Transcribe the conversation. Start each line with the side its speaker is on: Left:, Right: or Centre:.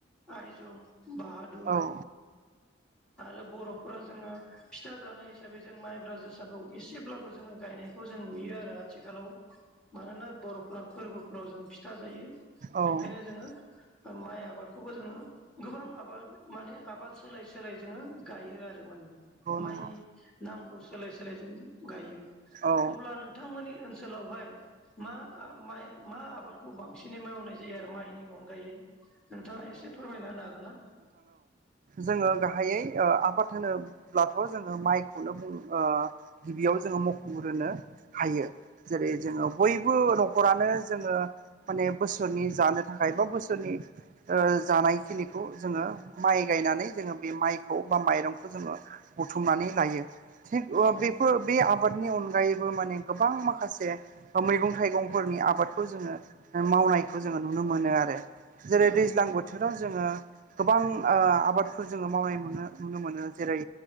Centre: आइजं, बाहादुर
Right: औ
Centre: आरो बर'फोरा जोंङो फिथा जानाय हिसाबै जों माइब्रा जोसाखौ एसेब्लाबो जोंङो गायनायखौ जों नुयो आरो आथिखालाव मानोना बर'फ्रा फोरबोफोराव जों फिथा जायो।
Right: औ नंगौ
Centre: बेखायनो जोंङो माइ आबादखौबो जोंङो गोबां आबाद माने आबाद सोलाय सोलाय जोंङो गायो आरो माने माइनि
Right: नंगौ
Centre: नामखौ सोलाय सोलाय जों गायो।
Right: औ
Centre: अब्ला नोंथांमोननि ओनसोलावहाय मा मा आबादखौ बांसिनै मावनाय जायो आरो माइनि अनगायै नोंथांङा एसे फोरमायना होनो हागोन ना?
Right: जोंङो गाहायै ओ आबाद होनोब्लाथ' जोंङो माइखौनो बुं गिबियाव जोंङो मख'ग्रोनो हाय जेरै जोङो बयबो न'खरानो जोंङो। माने बोसोरनि जानो थाखाय बा बोसोरनि ओ जानायखिनिखौ जोंङो माइ गायनानै जोंङो बे माइखौ बा माइरंखौ जोंङो बुथुमनानै लायो थिग
Centre: औ
Right: बे बे आबादनि अनगायैबो माने गोबां माखासे मैगं थाइगंफोरनि आबादखौ जोंङो मावनायखौ जोंङो नुनो मोनो आरो जेरै
Centre: औ
Right: दै बोथोराव जोंङो गोबां ओ आबादफोर जोंङो मावनाय नुनो मोनो जेरै